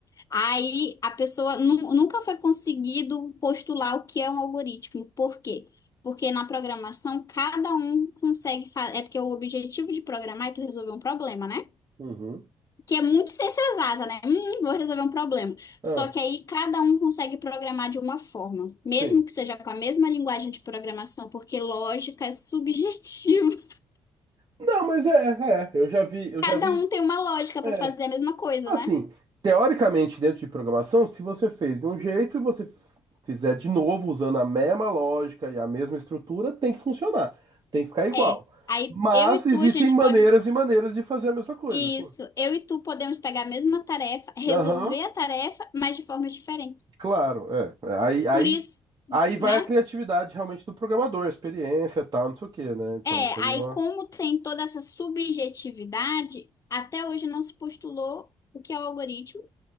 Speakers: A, on the left (about 30°); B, on the right (about 40°).
A: Aí a pessoa nu- nunca foi conseguido postular o que é um algoritmo. Por quê? Porque na programação cada um consegue fazer. É porque o objetivo de programar é tu resolver um problema, né?
B: uhum.
A: Que é muito ciência exata, né? Hum, hum, vou resolver um problema.
B: Ah,
A: Só que aí cada um consegue programar de uma forma, mesmo
B: sim.
A: que seja com a mesma linguagem de programação, porque lógica é subjetiva. <laughs>
B: Não, mas é, é, eu já vi, eu já
A: Cada
B: vi.
A: um tem uma lógica para
B: é
A: fazer a mesma coisa,
B: Assim,
A: né?
B: teoricamente, dentro de programação, se você fez de um jeito e você f- fizer de novo usando a mesma lógica e a mesma estrutura, tem que funcionar, tem que ficar igual.
A: É. Aí
B: Mas
A: eu e tu,
B: existem
A: a gente
B: maneiras
A: pode
B: e maneiras de fazer a mesma coisa,
A: Isso,
B: assim.
A: eu e tu podemos pegar a mesma tarefa, resolver
B: Aham,
A: a tarefa, mas de formas diferentes.
B: claro, é. É, Aí, aí,
A: Por isso,
B: aí vai
A: né?
B: a criatividade realmente do programador, a experiência, tal, não sei o quê, né? Então
A: É,
B: tem
A: aí
B: uma.
A: como tem toda essa subjetividade, até hoje não se postulou o que é o algoritmo,